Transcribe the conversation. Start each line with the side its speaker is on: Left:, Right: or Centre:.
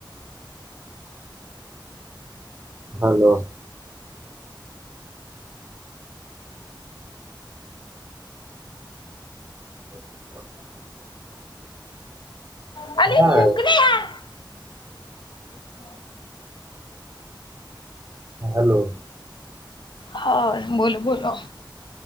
Right: હાલો <unintelligible>
Left: અલી
Right: હા
Left: મૂકને <unintelligible>
Right: હલો
Left: હા બોલો બોલો